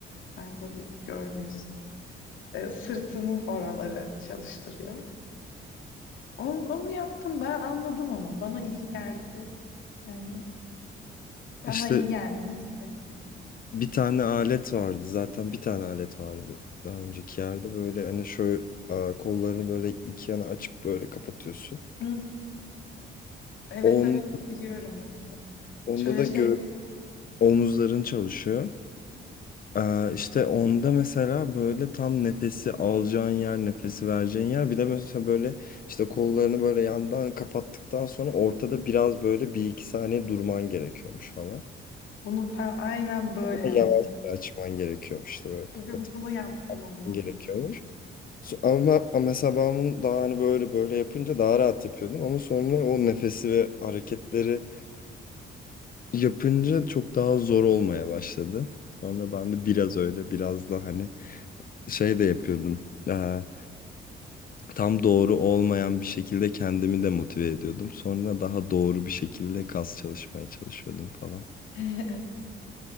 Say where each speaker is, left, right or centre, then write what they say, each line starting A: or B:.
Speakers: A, on the left; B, on the left.
A: Sen tabii görmüyorsun. Ee, sırtının oraları çalıştırıyor. Onu, onu yaptım ben anladım ama bana iyi geldi. Yani bana
B: İşte
A: iyi geldiğini hissettim.
B: bir tane alet vardı zaten bir tane alet vardı daha önceki yerde böyle hani şöyle e, kollarını böyle iki yana açıp böyle kapatıyorsun.
A: Hı, evet
B: On,
A: evet biliyorum onu da.
B: onda
A: Şöyle
B: da
A: şey
B: gö omuzların çalışıyor. Ee, işte onda mesela böyle tam nefesi alacağın yer, nefesi vereceğin yer. Bir de mesela böyle işte kollarını böyle yandan kapattıktan sonra ortada biraz böyle bir iki saniye durman gerekiyormuş falan.
A: bunu ben aynen böyle
B: Ama
A: yaptım.
B: yavaş açman gerekiyormuş işte böyle kapatıp
A: Bugün bunu yaptım ondan
B: gerekiyormuş.
A: sonra.
B: So- Ama ama mesela ben bunu daha hani böyle böyle yapınca daha rahat yapıyordum. Ama sonra o nefesi ve hareketleri yapınca çok daha zor olmaya başladı. Sonra ben de biraz öyle biraz da hani şey de yapıyordum. Eee, tam doğru olmayan bir şekilde kendimi de motive ediyordum. Sonra daha doğru bir şekilde kas çalışmaya çalışıyordum falan.
A: <laughs>